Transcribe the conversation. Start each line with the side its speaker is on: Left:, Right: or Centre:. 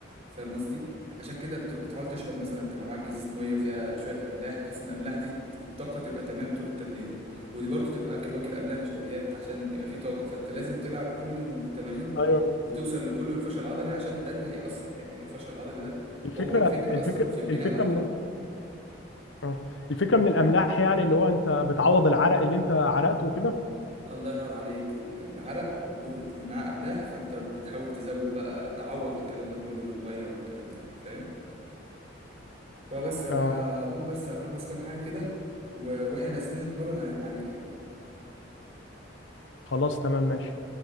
Right: فاهم قصدي عشان كده بت- بتحاول تشرب مثلا تبقى معاك ازازه ميه فيها شويه املاح بحيث ان الاملاح دي ت- الطاقه تبقى تمام طول التمرين وبرضه تبقى اكل واكل قبلها نشويات عشان يبقى فيه طاقه فانت لازم تلعب كل التمارين
Left: ايوه
Right: وتوصل لكله الفشل العضلي عشان ده اللي هيأثر يعني الفشل العضلي ده
Left: الفكره
Right: هو الفكرة
Left: الفكره
Right: أصلا في البناء
Left: الفكره
Right: العضلي
Left: من اه الفكره من الاملاح يعني اللي هو انت بتعوض العرق اللي انت عرقته وكده
Right: الله ينور عليك ال- العرق وبيخرج معاه املاح فانت بتحاول تزود بقى تعوض الكلام ده كله بالميه والكلام ده يعني فاهم فبس انا
Left: اه
Right: هقوم بس هخلص كام حاجه كده و- واحنا نازلين نتمرن هرن عليك يعني
Left: خلاص تمام ماشي